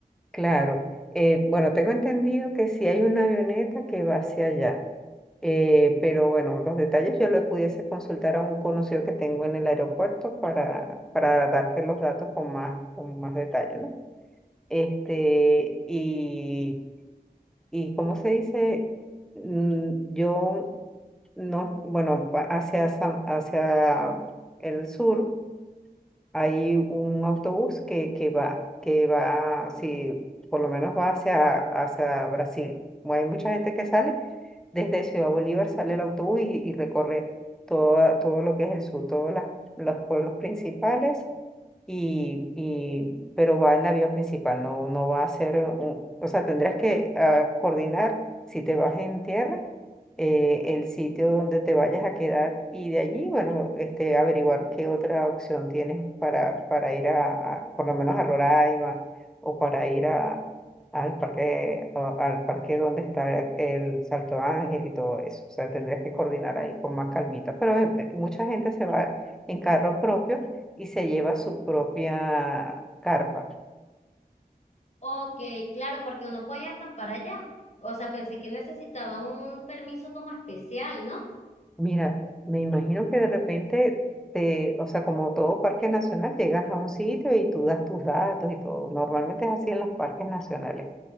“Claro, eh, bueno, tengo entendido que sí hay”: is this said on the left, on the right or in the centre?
Centre